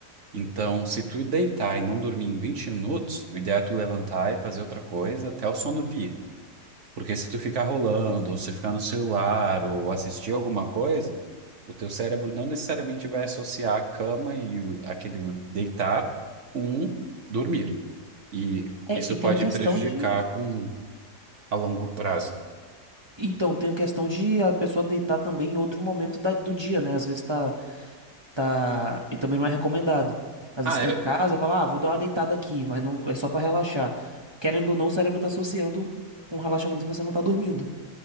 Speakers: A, on the right (about 50°); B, on the right (about 25°).
A: Então, se tu deitar e não dormir em 20 minutos, o ideal é tu levantar e fazer outra coisa até o sono vir. Porque se tu ficar rolando, ou se ficar no celular, ou assistir alguma coisa, o teu cérebro não necessariamente vai associar a cama e o- aquele deitar com dormir. E
B: É,
A: isso
B: e
A: pode
B: tem a questão
A: prejudicar
B: de.
A: com a longo prazo.
B: Então, tem a questão de a pessoa deitar também em outro momento da- do dia, né? Às vezes tá, tá. E também não é recomendado. Às
A: Ah,
B: vezes tá
A: é,
B: em casa e fala, ah, vou dar uma deitada aqui, mas não é só pra relaxar. Querendo ou não, o cérebro tá associando com relaxamento você não tá dormindo.